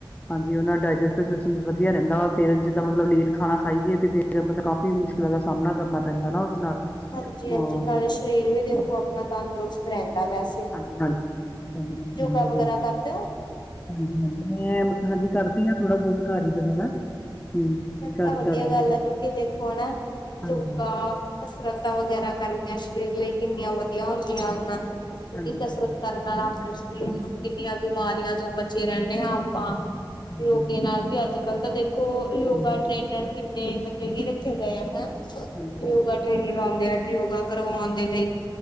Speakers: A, on the left; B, on the left.
A: ਹਾਂਜੀ, ਓਨਾਂ ਡਾਇਜਸਟਿਵ ਸਿਸਟਮ ਵਦੀਆ ਰੈਂਦਾ ਵਾ, ਫੇਰ ਜਿੱਦਾਂ ਮਤਲਬ ਲੇਟ ਖਾਣਾ ਖਾਈਏ ਤੇ ਫੇਰ ਮਤਲਬ ਕਾਫੀ ਮੁਸ਼ਕਿਲਾਂ ਦਾ ਸਾਮਣਾ ਕਰਨਾ ਪੈਂਦਾ ਨਾ ਓਦੇ ਨਾਲ।
B: ਹਾਂਜੀ-ਹਾਂਜੀ,
A: ਹਾਂ
B: ਨਾਲੇ ਸਰੀਰ ਵੀ ਦੇਖੋ ਆਪਣਾ ਤੰਦਰੁਸਤ ਰੈਂਦਾ ਵੈਸੇ
A: ਹਾਂਜੀ-ਹਾਂਜੀ, ਤੰਦਰੁਸਤ
B: ਯੋਗਾ
A: ਰਹਿੰਦਾ,
B: ਵਗੈਰਾ
A: ਹਾਂਜੀ।
B: ਕਰਦੇ ਹੋ
A: ਹਾਂਜੀ-ਹਾਂਜੀ, ਮੈਂ ਮਤਲ ਹਾਂਜੀ ਕਰਦੀ ਆਂ ਥੋੜਾ-ਬੋਤ ਘਰ ਈ ਵਗੈਰਾ। ਹੂੰ
B: ਫੇਰ
A: ਘਰ
B: ਤਾ
A: ਹੀ
B: ਵਦੀਆ
A: ਕਰ ਲੈਂਦੀ
B: ਗੱਲ
A: ਹਾਂ।
B: ਐ, ਕੇਓਂ ਕੇ ਦੇਖੋ ਨਾ ਜੋਗਾਂ
A: ਹਾਂਜੀ
B: ਕਸਰਤਾ ਵਗੈਰਾ ਕਰਨੀਆਂ ਸਰੀਰ ਲਈ ਕੀਨੀਆਂ ਵਦੀਆ ਹੁੰਦੀਆਂ ਆਂ
A: ਹਾਂਜੀ
B: ਕਸਰਤ
A: ਹਾਂਜੀ ਹਾਂਜੀ
B: ਕਰਨ ਨਾਲ ਅਪਣੇ ਸਰੀਰ ਨੂੰ ਕੀਨੀਆਂ ਬੀਮਾਰੀਆਂ ਤੋ ਬਚੇ ਰੈਨੇ ਆ ਆਪਾ
A: ਹਾਂਜੀ
B: ਯੋਗੇ ਨਾਲ ਵੀ ਅੱਜ-ਕੱਲ ਤਾ ਦੇਖੋ ਯੋ
A: ਹਾਂਜੀ
B: ਨਾਲ ਕੀਨੇ ਬੰਦੇ ਵੀ ਰੱਖੇ ਗਏ ਆ ਨਾ,
A: ਹਾਂਜੀ
B: ਯੋਗ ਟ੍ਰੇਨਰ ਆਂਦੇ ਆਜ ਯੋਗਾ ਕਰਵੌਣ ਦੇ ਲਈ